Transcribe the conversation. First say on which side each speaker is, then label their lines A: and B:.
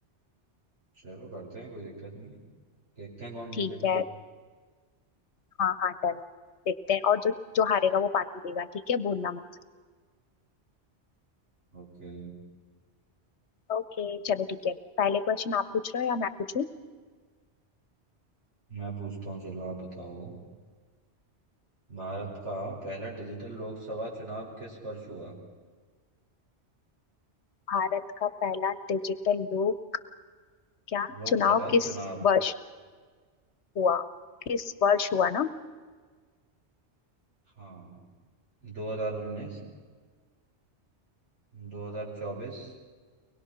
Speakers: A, on the right (about 80°); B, on the left (about 75°).
A: चलो करते हैं कोई दिक्कत नहीं है देखते हैं कौन जीतेगा
B: ठीक है हाँ हाँ डन देखते हैं और जो जो हारेगा वो पार्टी देगा ठीक है भूलना मत
A: ओके
B: ओके चलो ठीक है पहले क्वेश्चन आप पूछ रहे हो या मैं पूछूं
A: मैं पूछता हूँ चलो आप बताओ भारत का पहला डिजिटल लोकसभा चुनाव किस वर्ष हुआ
B: भारत का पहला डिजिटल लोक क्या
A: लोकसभा
B: चुनाव किस
A: चुनाव
B: वर्ष हुआ किस वर्ष हुआ ना
A: हाँ 2019 2024